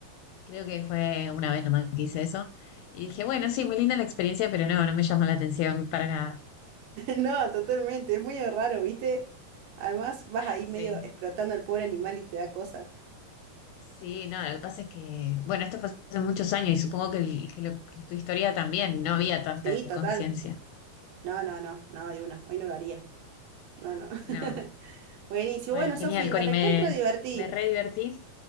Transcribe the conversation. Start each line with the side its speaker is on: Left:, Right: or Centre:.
Left: Creo que fue una vez nomás que hice eso. Y dije, bueno, sí, muy linda la experiencia, pero no, no me llamó la atención para nada.
Right: No, totalmente. Es muy raro, ¿viste? Además, vas ahí
Left: Sí,
Right: medio explotando al pobre animal y te da cosa.
Left: sí, no, lo que pasa es que, bueno, esto fue hace muchos años y supongo que, el- que lo- que tu historia también, no había tanta
Right: Sí, total.
Left: conciencia.
Right: No, no, no, no, de una. Hoy no lo haría. No, no. <laughs>
Left: No,
Right: Buenísimo.
Left: bueno,
Right: Bueno,
Left: genial,
Right: Sofi, me
Left: Cori,
Right: recontra
Left: me,
Right: divertí.
Left: me re divertí.